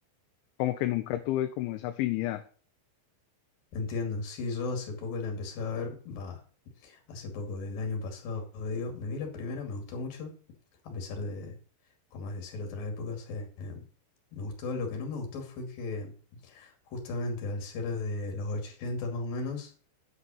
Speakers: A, on the left; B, on the left.
A: como que nunca tuve como esa afinidad.
B: Entiendo, sí, yo hace poco la empecé a ver, va, hace poco, del año pasado, digo, me vi la primera, me gustó mucho, a pesar de, como es de ser otra época, o sea, eh, me gustó, lo que no me gustó fue que justamente al ser de los 80 más o menos,